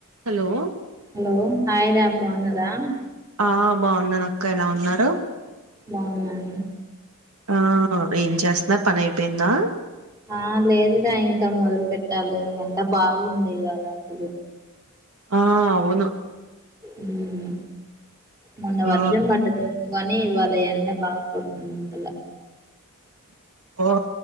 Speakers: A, on the right (about 85°); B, on the right (about 15°).
A: హలో
B: హలో హాయ్ రా బాగున్నారా
A: ఆ బాగున్నాను అక్క ఎలా ఉన్నారు
B: బాగున్నాను
A: ఆ ఏం చేస్తున్నారు పని అయిపోయిందా
B: ఆ లేదురా ఇంకా మొదలు పెట్టాలి ఎండ బాగుంది ఇవాళ అసలు
A: ఆ అవును
B: ఉ మోన్న వర్షం
A: ఆ
B: పడ్డది నువ్వు అని ఇవాళ ఎండ బాగా కొడుతుంది తల్లా
A: ఓ